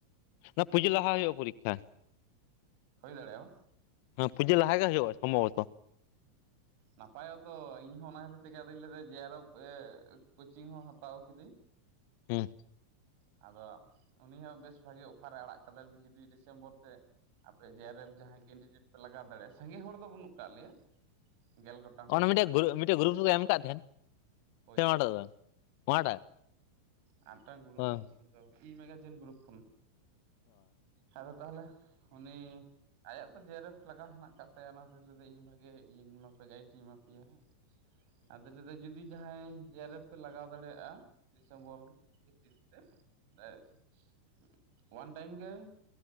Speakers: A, on the left (about 50°); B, on the right (about 50°).
A: ᱚᱱᱟ ᱯᱩᱡᱟᱹ ᱞᱟᱦᱟ ᱦᱩᱭᱩᱜᱼᱟ ᱯᱚᱨᱤᱠᱠᱷᱟ
B: ᱦᱩᱭ ᱫᱟᱲᱮᱭᱟᱜᱼᱟ ᱵᱟᱝ
A: ᱦᱮᱸ ᱯᱩᱡᱟᱹ ᱞᱟᱦᱟ ᱜᱮ ᱦᱩᱭᱩᱜᱼᱟ ᱥᱚᱢᱵᱷᱚᱵᱚᱛᱚ
B: ᱱᱟᱯᱟᱭᱛᱚ ᱤᱧᱦᱚᱸ ᱚᱱᱟ ᱠᱷᱟᱹᱛᱤᱨ ᱛᱮᱜᱮ ᱟᱫᱚᱧ ᱞᱟᱹᱭᱟ ᱫᱟ ᱡᱮᱨᱚᱯᱷ ᱮ ᱠᱚᱪᱤᱝ ᱦᱟᱛᱟᱣ ᱠᱤᱫᱤᱧ
A: ᱦᱩᱸ
B: ᱟᱫᱚ ᱩᱱᱤ ᱦᱚᱸ ᱵᱮᱥ ᱵᱷᱟᱜᱮ ᱚᱯᱷᱟᱨᱮ ᱟᱲᱟᱜ ᱠᱟᱫᱟ ᱡᱩᱫᱤ ᱰᱤᱥᱮᱢᱵᱚᱨ ᱛᱮ ᱟᱯᱮ ᱡᱮ ᱟᱨ ᱮᱯᱷ ᱡᱟᱦᱟᱸᱭ ᱠᱮᱱᱰᱤᱰᱮᱴ ᱯᱮ ᱞᱟᱜᱟᱣ ᱫᱟᱲᱮᱭᱟᱜᱼᱟ ᱥᱟᱸᱜᱮ ᱦᱚᱲ ᱫᱚ ᱵᱟᱹᱱᱩᱜ ᱠᱟᱫ ᱞᱮᱭᱟ ᱜᱮᱞ ᱜᱚᱴᱟᱝ ᱦᱚᱲ
A: ᱚᱱᱮ
B: ᱜᱮ
A: ᱢᱤᱫᱴᱮᱡ
B: ᱦᱮᱱᱟᱜ
A: ᱜᱨ
B: ᱠᱟᱜ
A: ᱢᱤᱫᱴᱮᱡ ᱜᱨᱩᱯ ᱨᱮᱠᱚ ᱮᱢ ᱟᱠᱟᱫ ᱛᱟᱦᱮᱸᱱ
B: ᱳᱭ
A: ᱪᱮ ᱚᱱᱟᱴᱟ ᱫᱚ ᱚᱱᱟᱴᱟ
B: ᱟᱨ ᱢᱤᱫᱴᱟᱝ ᱜᱨᱩᱯ
A: ᱦᱚᱸ
B: ᱤ ᱢᱮᱜᱟᱡᱤᱱ ᱜᱨᱩᱯ ᱠᱷᱚᱱ ᱟᱫᱚ ᱛᱟᱦᱞᱮ ᱩᱱᱤ ᱟᱭᱟᱜ ᱫᱚ ᱡᱮᱨᱯᱷ ᱞᱟᱜᱟᱣ ᱦᱮᱱᱟᱜ ᱠᱟᱜ ᱛᱟᱭᱟ ᱚᱱᱟᱛᱮ ᱞᱟᱹᱭᱟ ᱤᱧ ᱵᱷᱟᱜᱤ ᱤᱭᱟᱹᱧ ᱮᱢᱟ ᱯᱮᱭᱟ ᱜᱟᱭᱤᱰ ᱤᱧ ᱮᱢᱟ ᱯᱮᱭᱟ ᱦᱮᱸ ᱟᱫᱚ ᱞᱟᱹᱭᱫᱟ. ᱡᱩᱫᱤ ᱡᱟᱦᱟᱸᱭ ᱡᱮᱨᱟᱨᱮᱯᱷ ᱯᱮ ᱞᱟᱜᱟᱣ ᱫᱟᱲᱮᱭᱟᱜᱼᱟ ᱰᱤᱥᱮᱢᱵᱚᱨ ᱵᱷᱤᱛᱤᱨ ᱛᱮ <unintelligible> ᱳᱣᱟᱱ ᱴᱟᱭᱤᱢ ᱜᱮ